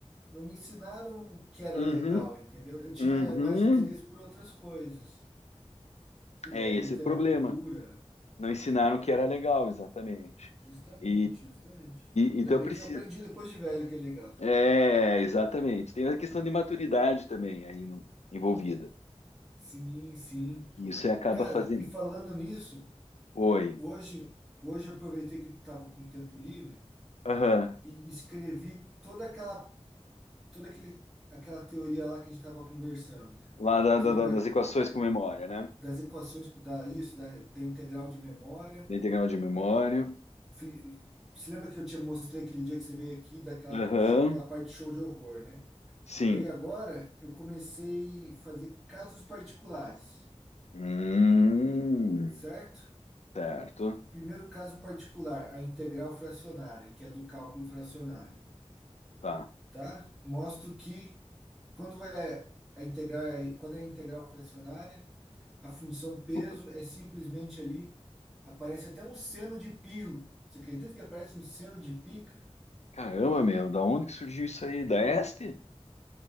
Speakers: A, in the centre; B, on the left.
A: não me ensinaram que era
B: Uhum,
A: legal, entendeu? Eu tinha
B: uhum.
A: mais interesse por outras coisas, é,
B: É esse
A: literatura,
B: o problema. Não ensinaram que era legal, exatamente.
A: justamente,
B: E,
A: justamente.
B: e-
A: Ainda
B: então
A: bem
B: precisa.
A: que eu aprendi depois de velho que é legal.
B: É, exatamente. Tem a questão de maturidade também aí no- envolvida.
A: Sim, sim.
B: E Isso aí acaba
A: Cara,
B: fazendo.
A: e falando nisso,
B: Oi.
A: hoje, hoje eu aproveitei que eu tava com tempo livre
B: Aham.
A: e escrevi toda aquela toda aquele, aquela teoria lá que a gente estava conversando, cara.
B: Lá da-
A: Você
B: da-
A: lembra
B: da- das equações com memória, né?
A: das equações, da isso, da, da integral de memória?
B: Da integral de memória.
A: Fi- Você lembra que eu te mostrei aquele dia que você veio aqui, daquela
B: Aham.
A: show- aquela parte show de horror, né?
B: Sim.
A: Daí agora eu comecei a fazer casos particulares,
B: Hum,
A: certo?
B: certo.
A: Primeiro caso particular, a integral fracionária, que é do cálculo fracionário,
B: Tá.
A: tá? Mostro que quando é a integral, quando é a integral fracionária, A função
B: Desculpa.
A: peso é simplesmente ali. Aparece até um seno de pi. Você acredita que aparece um seno de pi, cara?
B: Caramba, meu, da onde que surgiu isso aí? Da ESP?